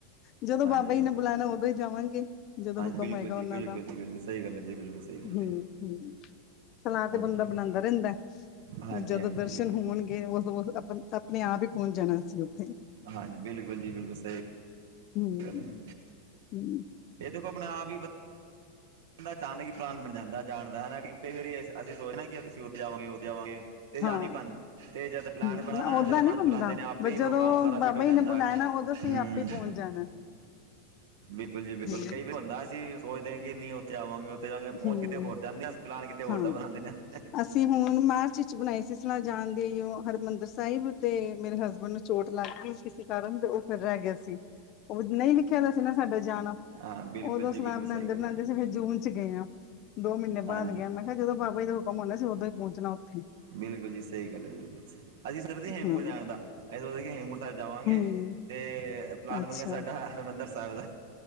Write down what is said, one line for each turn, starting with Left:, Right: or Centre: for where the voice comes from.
Left: ਜਦੋਂ
Right: ਹਾਂਜੀ
Left: ਬਾਬਾ ਜੀ ਨੇ ਬੁਲਾਣਾ ਉਦੋਂ ਹੀ ਜਾਵਾਂਗੇ। ਜਦੋਂ
Right: ਹਾਂਜੀ
Left: ਹੁਕਮ
Right: ਬਿਲਕੁਲ
Left: ਹੋਏਗਾ,
Right: ਜੀ
Left: ਉਹਨਾਂ
Right: ਬਿਲਕੁਲ
Left: ਦਾ
Right: ਜੀ ਬਿਲਕੁਲ ਸਹੀ ਗੱਲ ਹੈ ਜੀ ਬਿਲਕੁਲ ਸਹੀ ਗੱਲ
Left: ਹਮ
Right: ਹੈ
Left: ਹਮ ਸਲਾਹ
Right: ਹਾਂਜੀ
Left: ਤੇ ਬੰਦਾ ਬਣਾਉਂਦਾ ਰਹਿੰਦਾ
Right: ਹਾਂਜੀ
Left: ਜਦੋਂ
Right: ਹਾਂਜੀ
Left: ਦਰਸ਼ਨ
Right: ਵੀਰੇ
Left: ਹੋਣਗੇ, ਉਦੋਂ ਆਪਣੇ ਆਪ ਹੀ ਪਹੁੰਚ ਜਾਣਾ ਸੀ ਉੱਥੇ
Right: ਹਾਂਜੀ ਬਿਲਕੁਲ ਜੀ, ਬਿਲਕੁਲ ਸਹੀ
Left: ਹਮ
Right: ਗੱਲ ਹੈ
Left: ਹਮ
Right: ਇਹ ਦੇਖੋ ਆਪਣੇ ਆਪ ਹੀ ਦਾ ਚਾਨਕ ਕਿ ਪ੍ਰਲਣ ਬਣ ਜਾਂਦਾ ਜਾਣ ਦਾ ਹਨਾ। ਕਈ ਵਾਰੀ ਅਸੀਂ ਸੋਚਣਾ, ਕਿ ਅਸੀਂ ਉੱਥੇ ਜਾਵਾਂਗੇ ਉੱਥੇ ਜਾਵਾਂਗੇ। ਤੇ ਜਾ
Left: ਹਾਂ
Right: ਨਹੀਂ ਪਾਉਂ ਤੇ ਜਦ ਪਲੈਨ
Left: ਹੂੰ
Right: ਬਣਾ ਨਾ,
Left: ਓਦਾਂ
Right: ਜਦੋਂ ਮੱਜ
Left: ਨੀ ਬੰਦਾ
Right: ਬੁਲਾਦੇ ਨੇ ਆਪੇ
Left: ਬ
Right: ਹੀ
Left: ਜਦੋਂ
Right: ਪ੍ਰੋਗਰਾਮ ਸਾਰਾ
Left: ਬਾਬਾ
Right: ਫਿਟ ਹੋ ਜਾਂਦਾ
Left: ਜੀ ਨੇ ਬੁਲਾਣਾ
Right: ਹੈਗਾ।
Left: ਅਸੀਂ
Right: ਹੂੰ
Left: ਆਪੇ ਪੋਂਚ ਜਾਣਾ
Right: ਬਿਲਕੁਲ ਜੀ, ਬਿਲਕੁਲ
Left: ਹੂੰ
Right: ਕਈ ਵੀ ਹੁੰਦਾ ਸੀਂ। ਸੋਚਦੇ ਹ, ਕਿ ਨਹੀਂ ਉੱਥੇ ਆਵਾਂ, ਉੱਥੇ ਜਾਾਂਗੇ, ਪੋਂਚ
Left: ਹੂੰ
Right: ਕਿਤੇ ਹੋਰ ਜਾਂਦੇ ਹਾਂ, ਅ ਪਲਾਨ ਕਿਤੇ ਹੋਰ
Left: ਹਾਂ
Right: ਬਣਾ ਦਿੰਦੇ ਹਾਂ।
Left: ਅਸੀਂ ਹੁਣ ਮਾਰਚ ਵਿਚ ਬਣਾਈ ਸੀ ਸਲਾਹ ਜਾਾਨ ਦੀ, ਉਹ ਹਰਿਮੰਦਰ ਸਾਹਿਬ, ਤੇ ਮੇਰੇ ਹਸਬੈਂਡ ਨੂੰ ਚੋਟ ਲੱਗ ਗਈ ਕਿਸੇ ਕਾਰਨ ਤੇ ਉਹ ਫਿਰ ਰੈ ਗਿਆ ਸੀ। ਉਹ ਨਹੀਂ ਲਿਖਿਆ ਦਾ ਸੀ ਨਾ ਸਾਡਾ ਜਾਣਾ।
Right: ਹਾਂ ਬਿਲਕੁਲ
Left: ਉਦੋਂ
Right: ਜੀ
Left: ਸਲਾਮ
Right: ਬਿਲਕੁਲ
Left: ਬਣਾਦੇ-
Right: ਸਹੀ ਗੱਲ
Left: ਬਣਾਦੇ
Right: ਹੈ
Left: ਸੀ ਫਿਰ ਜੂਨ ਗਏ ਹਾਂ, ਦੋ ਮਹੀਨੇ
Right: ਹਾਂਜੀ
Left: ਬਾਦ ਗੇਆ, ਮੈਂ ਕਿਹਾ ਜਦੋਂ ਬਾਬਾਜੀ ਦਾ ਹੁਕਮ ਹੋਂਦਾ ਸੀ। ਉਦੋਂ ਹੀ ਪੋਂਚਣਾ ਉੱਥੇ
Right: ਬਿਲਕੁਲ ਜੀ, ਸਹੀ ਗੱਲ ਹੈ। ਬਿਲਕੁਲ ਅਸੀਂ ਸਰਦੇ ਹੇਮਕੁਟ
Left: ਹਮ
Right: ਜਾਣ ਦਾ, ਅਸੀਂ ਹੇਮਕੁਟ ਸਾਬ ਜਾਵਾਂਗੇ।
Left: ਹਮ
Right: ਤੇ ਪਲਾਨ
Left: ਅੱਛਾ
Right: ਬਣ ਗਿਆ, ਸਾਡਾ ਹਰਿਮੰਦਰ ਸਾਬ ਦਾ